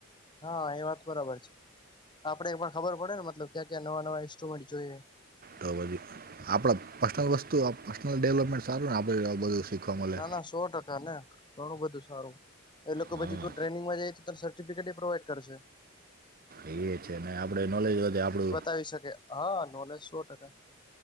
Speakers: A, on the left; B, on the right.
A: હા એ વાત બરાબર છે આપડે એમાં ખબર પડે ને મતલબ ક્યા ક્યા નવા ઇન્સ્ટ્રુમેન્ટ છે
B: તો બધી આપડે પર્સનલ વસ્તુ પર્સનલ ડેવલપમેન્ટ સારું ને આપણું બધું શીખવા મળે
A: ના ના સો ટકા ના ઘણું બધું સારું એ લોકો
B: હા
A: પછી તું ટ્રેનિંગમાં જાય તો ત સર્ટિફિકેટ પ્રોવાઈડ કરશે
B: એ છે ને આપડે નોલેજ વધે આપડુ
A: હોઈ શકે હા નોલેજ સો ટકા